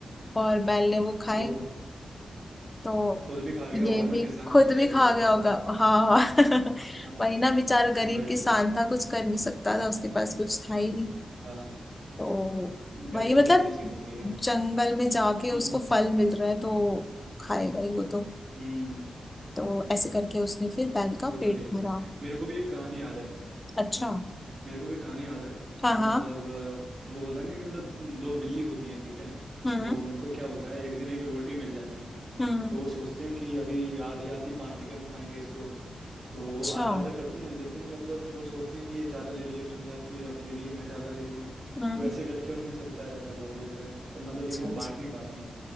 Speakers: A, on the left; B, on the right.
A: और बैल ने वो खाए
B: ओ
A: तो
B: खुद भी खा गया
A: ये
B: होगा ना
A: भी
B: किसान
A: खुद भी
B: बैल
A: खा
B: के साथ
A: गया होगा
B: साथ
A: हाँ <laughs>
B: हाँ
A: वही ना बेचारा गरीब
B: वही
A: किसान
B: तो
A: था कुछ कर नहीं सकता था उसके पास कुछ था ही नहीं
B: हाँ
A: तो वही
B: गरीबी
A: मतलब
B: ऐसी चीज होती है
A: जंगल में जाके उसको
B: हम्म
A: फल मिल रहा है तो खाएगा ही वो तो
B: हम्म
A: तो ऐसे करके उसने फिर बैल का
B: वो तो
A: पेट
B: है ही
A: भरा
B: है मेरे को भी एक कहानी याद है हम्म
A: अच्छा
B: मेरे को भी कहानी याद है
A: हाँ
B: कि मतलब
A: हाँ
B: अ, वो होता नहीं है कि मतलब दो बिल्ली होती है ठीक है
A: हम्म
B: तो उनको क्या होता है एक दिन एक रोटी मिल जाती है
A: हम्म
B: तो वो सोचते हैं कि अभी आधी आधी बांट के हम खाएंगे इसको तो
A: अच्छा
B: वो आधा आधा करते हैं लेकिन मतलब वो सोचते हैं कि ये ज्यादा ले रही है तुम ज्यादा तू ज्यादा ले रही है मैं ज्यादा ले रही हूँ
A: हम्म
B: तो ऐसे करके उनमें चलता रहता है बहुत देर तक और मतलब
A: अच्छा
B: लेकिन वो बांट
A: अच्छा
B: नहीं पाते हैं